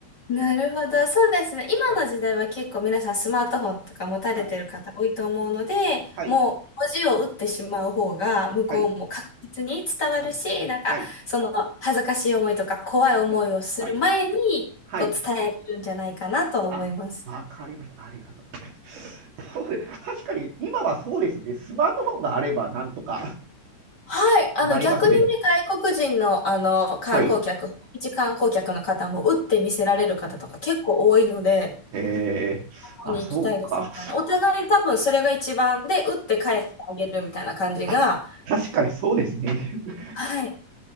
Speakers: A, on the left (about 40°); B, on the right (about 80°).
A: なるほど。そうですね。今の時代は結構皆さんスマートフォンとか持たれてる方多いと思うので、
B: ああはい、
A: もう文字を打ってしまう方が向こうも確実に伝わるし、
B: はい、あ
A: なんかその恥ずかしい思いとか怖い思いをする前にこう伝えるんじゃないかなと思います。
B: はい、はい、はい、はい。あ、わかりました。ありがとうございます。そうです確かに、今はそうですね。スマートフォンがあれば、なんとか
A: はい。あの逆にね、
B: なりますね。
A: 外国人のあの観光客、
B: はい。
A: 一観光客の方も打って見せられる方とか結構多いので、
B: えー、
A: ここに行きたいですみたいな。
B: あ、そうか。
A: お互い多分それが一番で、打って返してあげるみたいな感じが、
B: あ、確かにそうですね。<laughs>
A: はい。